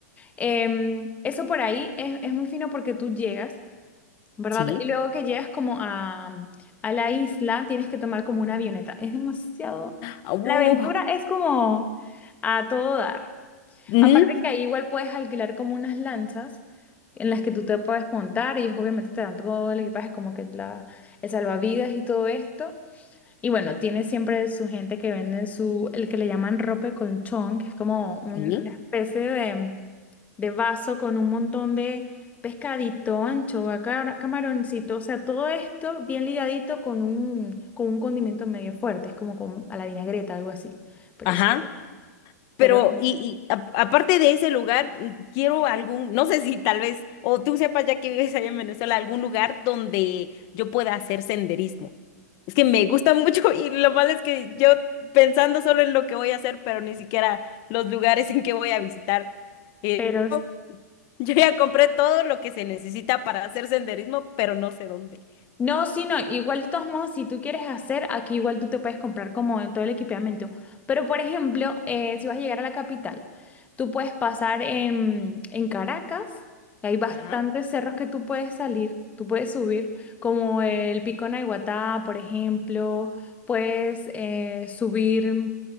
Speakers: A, on the left (about 15°); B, on the left (about 40°).
A: Em, eso por ahí es, es muy fino porque tú llegas, ¿verdad?
B: Sí.
A: Y luego que llegas como a, a la isla, tienes que tomar como una avioneta. Es demasiado...
B: ah, uh,
A: La aventura es como a todo dar.
B: ujú,
A: Aparte que ahí igual puedes alquilar como unas lanchas en las que tú te puedes montar y ellos obviamente te dan todo el equipaje como que la, el salvavidas y todo esto. Y bueno, tiene siempre su gente que vende su, el que le llaman rope con chon, que es como un-
B: Sí.
A: una especie de, de vaso con un montón de pescadito, anchoa, cara- camaroncito, o sea, todo esto bien ligadito con un, con un condimento medio fuerte, es como con, a la vinagreta, algo así. Pero,
B: Ajá.
A: es-
B: Pero,
A: pero,
B: y, y a- aparte de ese lugar, mm, quiero algún, no sé si tal vez, o tú sepas ya que vives allá en Venezuela, algún lugar donde yo pueda hacer senderismo. Es que me gusta <laughs> mucho y lo malo es que yo pensando solo en lo que voy a hacer, pero ni siquiera los lugares en que voy a visitar. Eh,
A: pero,
B: <laughs> yo yo ya compré todo lo que se necesita para hacer senderismo, pero no sé dónde.
A: No, sí, no, igual de todos modos, si tú quieres hacer, aquí igual tú te puedes comprar como todo el equipamiento. Pero, por ejemplo, eh, si vas a llegar a la capital, tú puedes pasar en, en Caracas, que hay bastantes
B: Ajá.
A: cerros que tú puedes salir, tú puedes subir, como el Pico Naiguatá, por ejemplo, puedes eh, subir